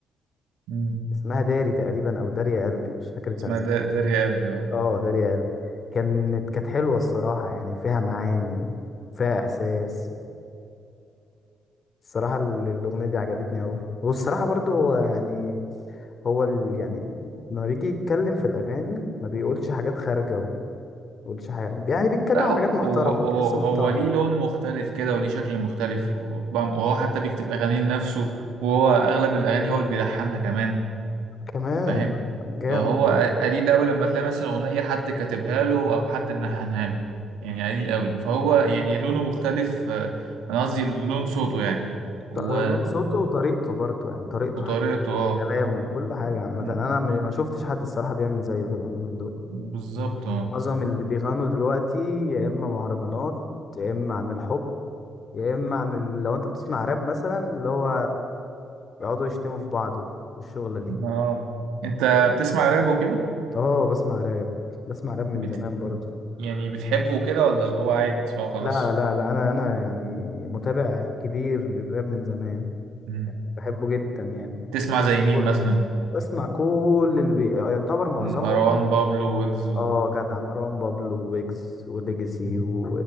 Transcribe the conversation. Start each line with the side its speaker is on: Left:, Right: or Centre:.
Right: مم.
Left: اسمها داري تقريبا أو داريا قلبي مش فاكر كان
Right: اسمها
Left: اسمها
Right: دا- داري قلبي اه
Left: اه داريا قلبي كانت كانت حلوة الصراحة يعني فيها معاني وفيها إحساس الصراحة ال- الأغنية دي عجبتني أوي والصراحة برضو هو يعني هو ال... يعني لما بيجي يتكلم في الأغاني ما بيقولش حاجات خارجة وما بيقولش حاجة يعني بيتكلم
Right: لا
Left: عن
Right: هو
Left: حاجات محترمة
Right: هو
Left: تحسه
Right: هو
Left: محترم
Right: ليه لون مختلف كده وليه شكل مختلف وطبعا- وهو حتى بيكتب أغانيه لنفسه وهو أغلب الأغاني هو اللي بيلحنها كمان
Left: كمان
Right: فاهم
Left: جامد
Right: فهو
Left: والله
Right: قليل أوي لما تلاقي مثلا أغنية حد كاتبها له أو حد ملحنها له يعني قليل أوي فهو يعني لونه مختلف آه، أنا قصدي لون صوته يعني و...
Left: ط- لون صوته وطريقته برضه يعني طريقته
Right: وطريقته
Left: حتى
Right: اه
Left: كلامه وكل حاجة عامة
Right: مم.
Left: أنا م- ما شفتش حد الصراحة بيعمل زيه كده اليومين دول
Right: بالظبط اه
Left: معظم اللي بيغنوا دلوقتي يا إما مهرجانات يا إما عن الحب يا إما عن ال... لو أنت بتسمع راب مثلا اللي هو يقعدوا يشتموا في بعض والشغلة دي
Right: اه انت بتسمع راب وكده
Left: اه بسمع راب بسمع راب من
Right: بت...
Left: زمان برضه
Right: يعني بتحبه كده ولا اللي هو عادي تسمعه خلاص
Left: لا لا لا أنا أنا يعني متابع كبير للراب من زمان
Right: مم.
Left: بحبه جدا يعني
Right: تسمع زي مين
Left: كله
Right: مثلا
Left: بسمع كل اللي بي... يعني يعتبر معظمهم
Right: مروان بابلو ويجز و
Left: اه جدع مروان بابلو ويجز وليجاسي
Right: مم.
Left: و...